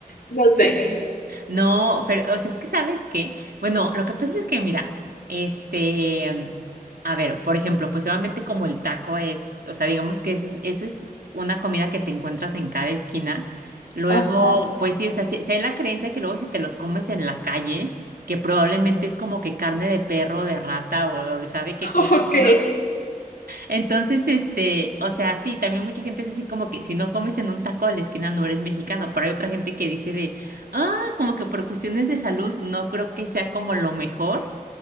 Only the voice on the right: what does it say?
No, pero, o sea, es que sabes qué, bueno, lo que pasa es que, mira, este, a ver, por ejemplo, pues obviamente como el taco es, o sea, digamos que eso es, eso es una comida que te encuentras en cada esquina, luego,
pues sí, o sea, sí, sí hay la creencia que luego si te los comes en la calle, que probablemente es como que carne de perro, de rata o, o de sabe qué
cosa,
¿no? Entonces, este, o sea, sí, también mucha gente es así como que si no comes en un taco a la esquina no eres mexicano, pero hay otra gente que dice de, ah, como que por cuestiones de salud no creo que sea como lo mejor,